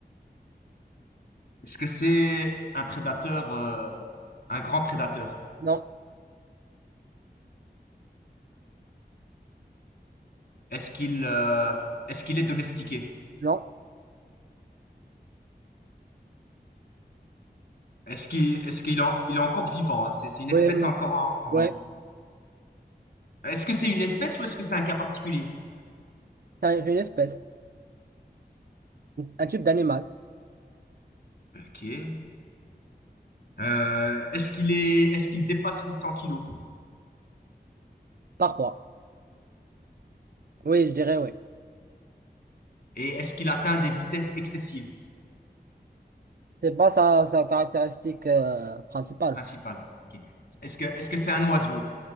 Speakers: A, on the left; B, on the right.
A: est-ce que c'est un prédateur, euh, un grand prédateur?
B: non,
A: Est-ce qu'il euh, est-ce qu'il est domestiqué?
B: non.
A: Est-ce qu'il est-ce qu'il en- il est encore vivant? hein C'est c'est une
B: Oui,
A: espèce
B: non.
A: encore en, en
B: ouais.
A: vie. Est-ce que c'est une espèce ou est-ce que c'est un cas particulier?
B: C'est une espèce, un type d'animal,
A: Ok. Euh, est-ce qu'il est est-ce qu'il dépasse les 100 kilos?
B: parfois. Oui, je dirais oui.
A: Et est-ce qu'il atteint des vitesses excessives
B: C'est pas sa, sa caractéristique euh, principale.
A: principales? Ok. Est-ce que est-ce que c'est un oiseau?